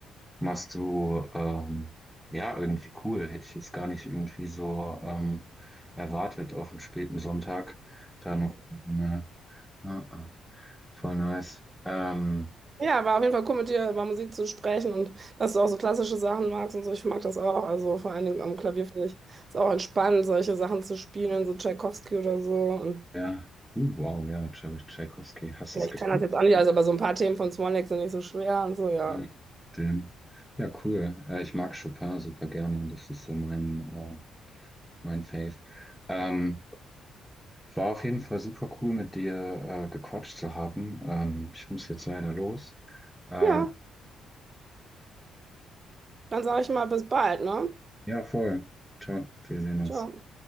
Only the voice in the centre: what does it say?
machst du ähm, ja irgendwie cool. Hätte ich jetzt gar nicht irgendwie so ähm, erwartet auf einen späten Sonntag. Da noch so eine, ja, ah, voll nice. Ähm,
ja, Puh, wow, ja, Tscha- Tschaikowski. Hast
du es
gespielt?
Ja, den. Ja, cool. Äh, ich mag Chopin super gerne. Das ist so mein äh, Mein Faith, Ähm, war auf jeden Fall super cool, mit dir äh, gequatscht zu haben. Ähm, ich muss jetzt leider los. Äh,
ja, voll. Ciao, wir sehen uns.